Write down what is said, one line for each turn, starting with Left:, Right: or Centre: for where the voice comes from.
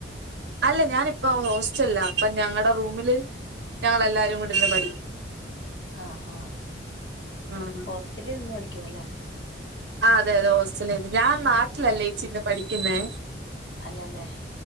Right: അല്ല ഞാനിപ്പോ ഹോസ്റ്റലിലാ അപ്പൊ ഞങ്ങടെ റൂമില് ഞങ്ങളെല്ലാരും കൂടിരുന്ന് പഠി
Left: ആഹ് ആഹ്
Right: ആഹ്
Left: ഹോസ്റ്റലിൽ നിന്ന് പഠിക്കുവാല്ലേ
Right: ആഹ് അതെ അതെ ഹോസ്റ്റലിന്ന് ഞാൻ നാട്ടിലല്ലേ ചെച്ചി നിന്ന് പഠിക്കുന്നേ
Left: അല്ല അല്ലേ